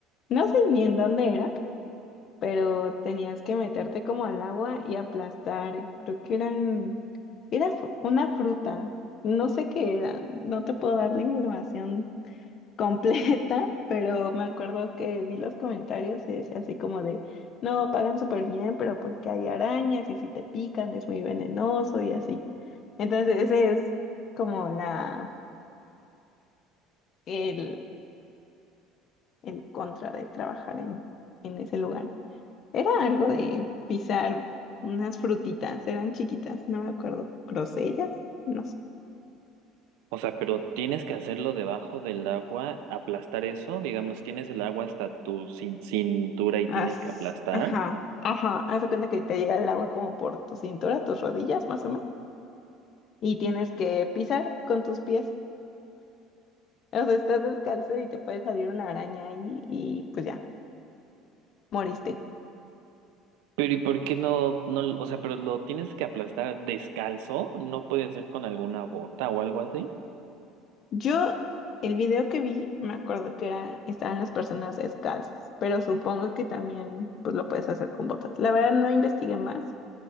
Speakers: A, on the left (about 40°); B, on the right (about 85°).
A: no sé ni en dónde era, pero tenías que meterte como al agua y aplastar, creo que eran, era fru- una fruta, no sé qué era, no te puedo dar la información completa, <laughs> pero me acuerdo que vi los comentarios y decía así como de, no, pagan súper bien, pero porque hay arañas y si te pican es muy venenoso y así. Entonces, ese es como la, el, el contra de trabajar en, en ese lugar. Era algo de pisar unas frutitas, eran chiquitas, no me acuerdo, grosellas, no sé.
B: O sea, pero tienes que hacerlo debajo del agua, aplastar eso, digamos, tienes el agua hasta tu cin- cintura y
A: Haz-
B: tienes que aplastar.
A: ajá, ajá, haz de cuenta que te llega el agua como por tu cintura, tus rodillas, más o menos. y tienes que pisar con tus pies. O sea, estás descalzo y te puede salir una araña ahí y pues ya, moriste.
B: Pero ¿y por qué no, no, o sea, pero lo tienes que aplastar descalzo? ¿No puede ser con alguna bota o algo así?
A: Yo, el video que vi, me acuerdo que era, estaban las personas descalzas, pero supongo que también pues lo puedes hacer con botas. La verdad no investigué más,